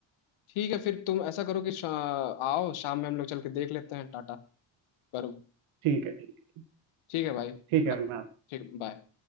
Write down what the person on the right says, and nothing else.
ठीक है ठीक है
ठीक है
मैं आता हूँ।